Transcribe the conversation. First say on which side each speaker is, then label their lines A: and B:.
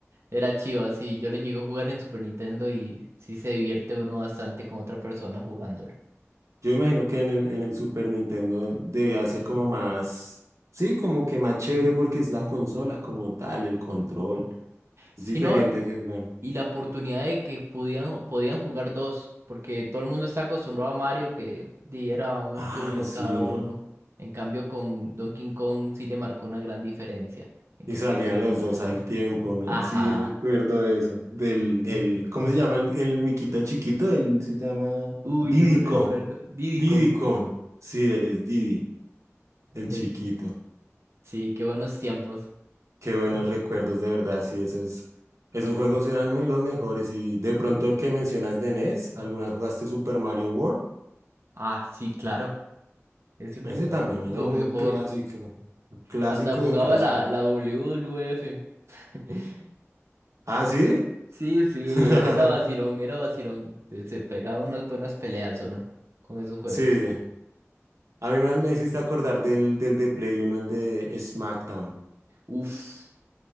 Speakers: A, on the right; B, on the right.
A: Era chido, así yo lo llegué a jugar en Super Nintendo y sí se divierte uno bastante con otra persona jugándolo.
B: Yo imagino que en el, en el Super Nintendo debía ser como más, sí, como que más chévere porque es la consola como tal, el control. Es
A: Si
B: diferente
A: no,
B: que, bueno,
A: y la oportunidad de que podían, podían jugar dos, porque todo el mundo está acostumbrado a Mario que diera un
B: ah,
A: turno
B: sí,
A: cada
B: ¿no?
A: uno. En cambio, con Donkey Kong sí le marcó una gran diferencia en que
B: Y salían
A: podían jugar.
B: los dos al tiempo, ¿no?
A: Ajá.
B: Sí, recuerdo eso. Del, el, ¿cómo se llama el, el miquito chiquito? Él se llama
A: Uy,
B: Diddy
A: no me recuerdo.
B: Kong.
A: Diddy
B: Diddy
A: Kong.
B: Kong. Sí, él es Diddy, el
A: que-
B: chiquito.
A: sí, qué buenos tiempos.
B: Qué buenos recuerdos, de verdad. Sí, esos, esos juegos eran me- los mejores. Y de pronto el que mencionas de NES, ¿alguna vez jugaste Super Mario World?
A: Ah, sí, claro. Es un-
B: Ese también
A: lo
B: era un
A: mejor.
B: clásico. un clásico
A: Hasta jugaba
B: de clásico.
A: la, la w W f <laughs>
B: ¿Ah, sí?
A: Sí, sí,
B: <laughs>
A: er- era vacilón, era vacilón. Se se pegaba unas buenas peleas, ¿o no? Con esos juegos.
B: Sí. A mí me, me hiciste acordar del, del de Play uno el de SmackDown.
A: Uf,